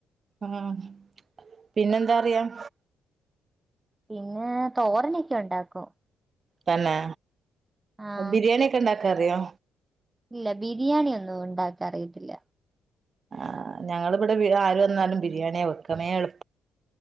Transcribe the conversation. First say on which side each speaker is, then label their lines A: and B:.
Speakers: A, on the right; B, on the right.
A: ഉം പിന്നെന്താ അറിയാം?
B: പിന്നെ തോരനൊക്കെ ഒണ്ടാക്കും.
A: തന്നെ
B: ആഹ്
A: ബിരിയാണിക്കെണ്ടാക്കാ അറിയോ?
B: ഇല്ല ബിരിയാണിയ ഒന്നു ഉണ്ടാക്ക അറിയത്തില്ല.
A: ആഹ് ഞങ്ങളിവിടെ ആര് വന്നാലും ബിരിയാണിയെ വെക്കമേ എള്